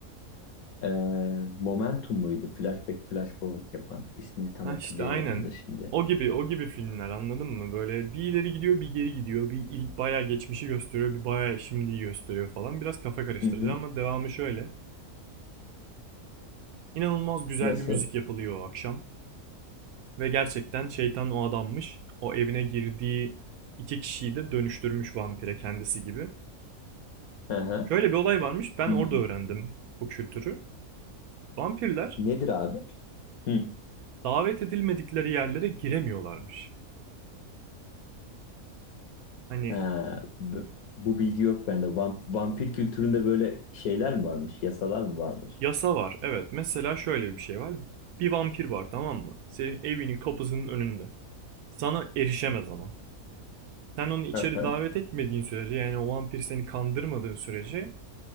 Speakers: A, on the left; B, on the right.
A: Ee, Momentum muydu? Flashback, Flash Forward yapan. İsmini tam
B: Ha
A: hatırlayamadım
B: işte aynen.
A: da şimdi.
B: O gibi o gibi filmler anladın mı? Böyle bir ileri gidiyor bir geri gidiyor. Bir il, bayağı geçmişi gösteriyor bir bayağı şimdiyi gösteriyor falan. Biraz kafa karıştırıcı
A: Hı hı.
B: ama devamı şöyle. İnanılmaz güzel
A: Nasıl?
B: bir müzik yapılıyor o akşam. Ve gerçekten şeytan o adammış. O evine girdiği iki kişiyi de dönüştürmüş vampire kendisi gibi.
A: Hı hı.
B: Şöyle bir olay varmış. Ben
A: Hmm.
B: orada öğrendim bu kültürü. Vampirler
A: Nedir abi? Hı.
B: davet edilmedikleri yerlere giremiyorlarmış. Hani
A: He, b- bu bilgi yok bende. Vamp- vampir kültüründe böyle şeyler mi varmış? Yasalar mı varmış?
B: yasa var. Evet. Mesela şöyle bir şey var. Bir vampir var tamam mı? Senin evinin kapısının önünde. Sana erişemez ama. Sen onu içeri
A: Hı hı,
B: davet etmediğin sürece yani o vampir seni kandırmadığı sürece